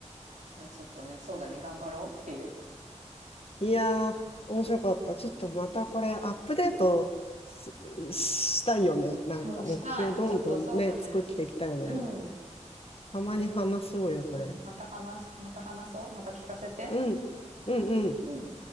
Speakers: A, on the right; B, on the left.
A: ちょっとね、そうだね、頑張ろうっていう。
B: いやー、面白かった。ちょっとまたこれアップデートすしたいよね。
A: う
B: なんか目標どんどんね、
A: ん、うん、したい。ちょっとそうだね。
B: 作っていきたいよね。
A: うん。
B: たまに話そうよ、これ。
A: うん、また話す、また話そう。また聞かせて。
B: うん、うん、うん。
A: うん。